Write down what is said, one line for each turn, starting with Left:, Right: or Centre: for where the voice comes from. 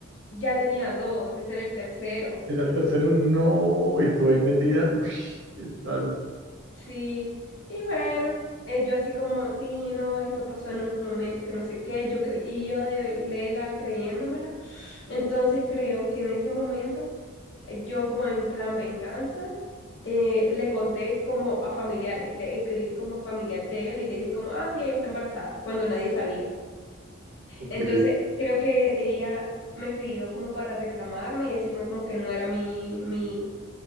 Left: Ya tenía dos, ese era el tercero.
Right: ¿Ese era el tercero? No, y tú ahí metida. Uy, ¿qué tal?
Left: Sí, y bueno, eh, yo así como, sí, no, esto pasó en un momento que no sé qué, yo cre- y yo de Lela creyéndomela. Entonces creo que en ese momento, eh, yo como en plan venganza, eh, le conté como a familiares, le escribí como a familiar de él y le dije como, ah, sí, ella está embarazada, cuando nadie sabía.
Right: Ok,
Left: Entonces creo que ella me escribió como para reclamarme y decirme como que no era mi, mi